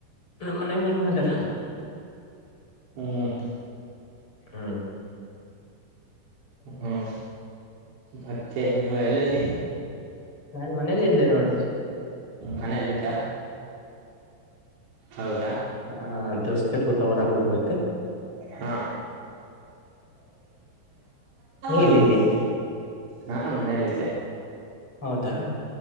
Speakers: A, on the left; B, on the right.
A: ನಮ್ಮನೆಗೂ ಆರಾಮದರ.
B: ಹ್ಮ.
A: ಹ್ಮ.
B: ಹ್ಮ್ ಮತ್ತೆ ನೀವು ಎಲ್ಲದಿ.
A: ನಾನ್ ಮನೇಲಿದ್ದೆ ನೋಡು.
B: ಮನೇಲ್ಲಿದ್ದ ಹೌದಾ
A: ಹ ಜೊಸ್ತಿ ಪುಟ್ಟ ಹೊರಾಗೊಗ್ಬೇಕಾ.
B: ಹಾ.
A: ನೀ
B: ಹ್ಮ್
A: ಎಲ್ಲಿದ್ಯಾ
B: ನಾನು ಮನೆಲ್ಲಿದ್ದೆ.
A: ಹೌದಾ.